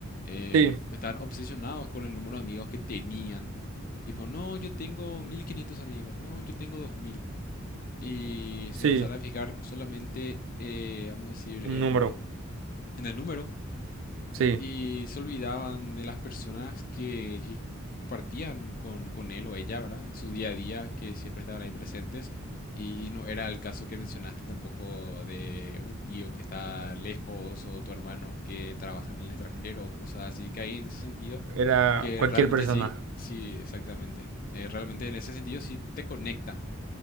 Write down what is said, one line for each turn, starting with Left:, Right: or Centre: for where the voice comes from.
Left: eh,
Right: Sí,
Left: estaban obsesionados con el número de amigos que tenían. Tipo, no, yo tengo 1500 amigos, no, yo tengo dos mil Y
Right: sí,
Left: se empezaron a fijar solamente, eh, vamos a decir,
Right: un
Left: en
Right: número.
Left: en el número
Right: Sí,
Left: y se olvidaban de las personas que, que compartían con, con él o ella, ¿verdad? En su día a día, que siempre estaban ahí presentes. Y no era el caso que mencionaste tampoco de un tío que está lejos o tu hermano que trabaja en el extranjero o cosas así, que ahí en ese sentido,
Right: era
Left: que
Right: cualquier
Left: realmente
Right: persona.
Left: sí, sí, exactamente. eh, realmente en ese sentido sí te conecta